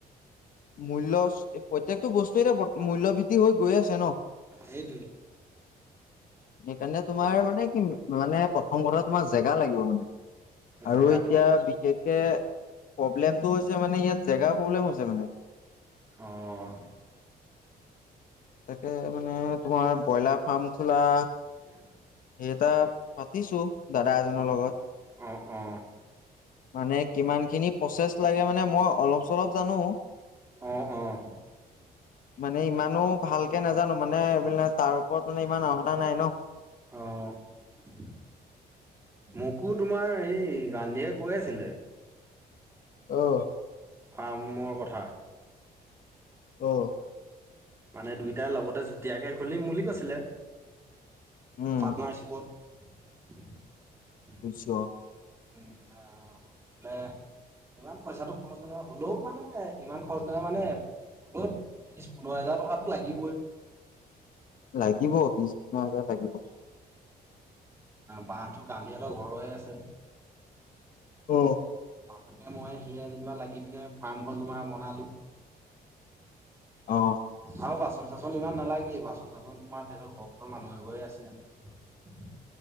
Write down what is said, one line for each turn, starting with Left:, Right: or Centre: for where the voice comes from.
Left: মূল্য প্ৰত্যেকটো বস্তুৱে এতিয়া মূল্য বৃদ্ধি হৈ গৈ আছে ন।
Right: সেইটোৱে।
Left: সেইকাৰণে তোমাৰ মানে কি মানে প্ৰথম কথা তোমাৰ জেগা লাগিব। আৰু
Right: জেগাটো
Left: এতিয়া বিশেষকে প্ৰব্লেমটো হৈছে মানে ইয়াত জেগা প্ৰব্লেম হৈছে মানে।
Right: অহ'
Left: তাকে মানে তোমাৰ ব্ৰইলাৰ ফ্ৰাৰ্ম খোলা।
Right: <inaudible>
Left: এটা পাতিছো দাদা এজনৰ
Right: অ'। অ',
Left: লগত
Right: অ',
Left: মানে কিমান খিনি প্ৰচেছ লাগে মানে মই অলপ চলপ জানো।
Right: অ', অ',
Left: মানে ইমানো। ভালকে নাজানো মানে এবিলাক তাৰ ওপৰত মানে ইমান অৰ্হতা নাই ন।
Right: অহ' মোকো তোমাৰ এই গান্ধীয়ে কৈ আছিলে।
Left: অ'
Right: ফ্ৰাৰ্মৰ কথা।
Left: অ'
Right: মানে দুইটাৰ লগতে যুতীয়াকে খুলিম বুলি বুলি কৈছিলে।
Left: উম
Right: পাৰ্টনাৰশ্বিপত।
Left: বুজছোৱা
Right: উম, আহ বোলে। ইমান পইচাটো খৰচ নহয় হ'লেও মানে ইমান খৰচ নহয় মানে হ'লেও বিচ্ছ, পোন্ধৰ হোজাৰ টকাতটো লাগিবই।
Left: লাগিব বিছ, পোন্ধৰ হাজাৰ লাগিব।
Right: বাঁহটো গান্ধী হত ঘৰৰে আছে।
Left: অ'
Right: বাপেকে মই সি যেনিবা লাগি পিনে ফ্ৰাৰ্মখন তোমাৰ বনালো।
Left: অ'
Right: আৰু বাচন চাচন ইমান নালাগে বাচন চাচন তোমাৰ তেহত ঘৰৰ ওচৰৰ মানুহ এঘৰে আছে।